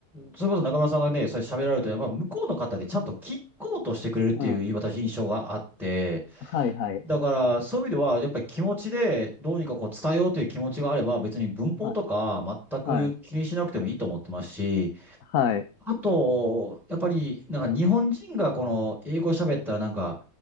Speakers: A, in the centre; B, on the left.
A: それこそ中村さんがね、それ喋られると、やっぱ向こうの方でちゃんと聞こうとしてくれるっていう、
B: <laughs> うん。
A: 私印象があって、
B: はいはい。
A: だから、そういう意味では、やっぱり気持ちでどうにかこう伝えようという気持ちがあれば、別に文法とか全く気にしなくてもいいと思ってますし、
B: はい。はい。はい。
A: あと、やっぱり、なんか日本人がこの英語喋ったらなんか、